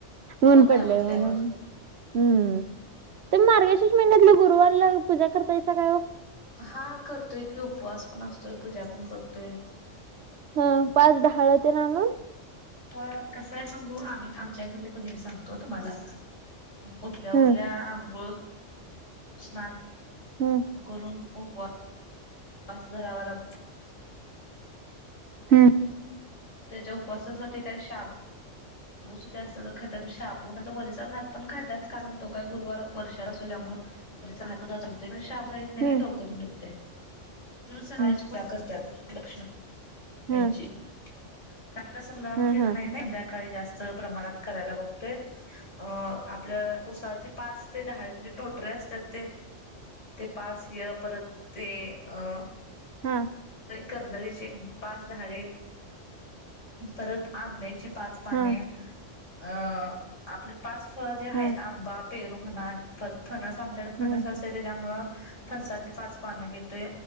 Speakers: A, on the right; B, on the left.
A: उन
B: नाही
A: पडलेय
B: म्हटल्यावर
A: म्हणून. हम्म तुम्ही मार्गशीर्ष म्हणन्यातलं गुरुवारला पूजा करतायसा का ओ?
B: हा करतोय कि उपवास पण असतोय पूजा पण करतोय.
A: हं पाच ढाळतेन आनून?
B: होय कसय सांगू आम्ही आमच्याकडे हे सांगतो तुम्हाला उटल्या
A: हं,
B: उटल्या आंघोळ स्नान करून.
A: हम्म
B: करून उपवास धरावा लागतो.
A: हम्म
B: त्यांच्या उपसासाठी काय शाब शाबूसुद्धा तर खातात शाबूनचा वरीचा भात पण खातात, कारण तो काय गुरुवार वर्षात असतो त्यामुळे. वरीचा भात च करतोय पण साबू नाही
A: हं,
B: डोकन
A: हं,
B: ते दुखतय. सकाळीच
A: हं,
B: पोळ्या करतात लक्ष्मी
A: हं,
B: <unintelligible> आमची
A: हं,
B: नाही
A: हं,
B: संध्याकाळी जास्त. च प्रमाणात करायला बघतोय. अ आपल्या उसाचे पाच ते दहा म्हणजे टोटरे अस तर ते, ते पाच ह्य परत ते अ
A: हा.
B: कर्दळीची पाच डहाळे, परत आंब्याची पाच पाने
A: हं,
B: अ आपले पाच फळं जे आहेत
A: हं.
B: आंबा पेरू म्हणा परत फणस आमच्याकडे फणस
A: हम्म
B: असते त्याच्यामुळं फणसाची पाच पानं घेते,